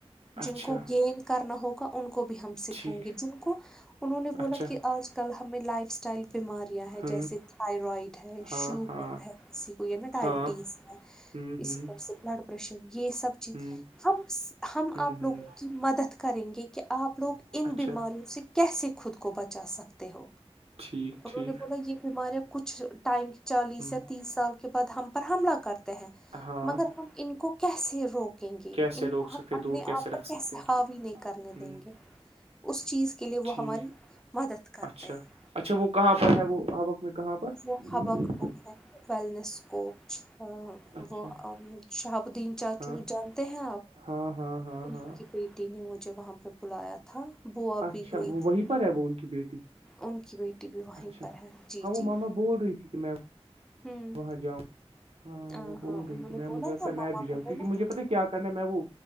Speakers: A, on the right (about 70°); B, in the centre.
A: اچھا
B: جن کو گینین کرنا ہوگا ان کو بھی ہم سکھائیں
A: ٹھیک
B: گے جن کو انہوں نے بولا
A: اچھا
B: کہ آج کل ہمیں لائف اسٹائل بیمار
A: ہ
B: جیسے تھائرائڈ ہے شوگر
A: ہاں ہاں
B: ہے کسی کو یا نا ڈائبٹیز
A: ہاں
B: ہے
A: ہ
B: اسی طرح سے بلڈ پریشر یہ سب چیز
A: ہ
B: ہم ہم
A: ہ
B: آپ
A: ہ
B: لوگ مدد کریں گے کہ آپ لوگ ان
A: اچھا
B: بیماریوں سے- کیسے خود کو بچا سکتے ہو
A: ٹھیک
B: انہوں
A: ٹھیک
B: نے بولا یہ بیماریاں کچھ- ٹائم چالیس
A: ہ
B: یا تیس سال کے بعد ہم پر حملہ کرتے ہیں
A: ہاں
B: مگر ٹائمنگ- ہم ان کو کیسے روک- یں گی
A: کیسے
B: ان
A: روک
B: کو
A: سکتے
B: ہم اپنے
A: دور
B: آپ
A: رکھ
B: پر
A: سکتے
B: کیسے حاوی نہیں کرنے
A: ہ
B: دیں گے اس چیز کے- لیے
A: ٹھیک
B: وہ ہماری مدد کرتے
A: اچھا-
B: ہیں
A: اچھا وہ کہاں پر ہے وہ آبق میں کہاں پر
B: وہ
A: ہوں،
B: ہبہ قدل میں ہے ویلنس کوچ ہاں
A: اچھا
B: وہ شاہابدین چاچو
A: ہاں
B: جانتے ہیں
A: ہاں ہاں ہاں
B: اس
A: ہاں
B: کی بیٹی نے مجھے وہاں پہ بلایا تھا
A: اچھا
B: بھی گئی
A: وہ
B: تھی
A: وہی پر ہے وہ ان کی بیٹی
B: ان کی بیٹی بھی وہیں
A: اچھا
B: پر ہے جی
A: ہاں وہ
B: جی
A: ماما بول رہی تھی کہ میں
B: ہوں
A: وہاں جاؤں ہاں
B: آ
A: وہ بول رہی
B: انہوں
A: تھی میں
B: نے بولا
A: مجھے لگتا
B: تھا مما
A: میں بھی جاؤں
B: کو بولا
A: کیونکہ مجھے
B: تھا
A: پتاہ کیا میں وہ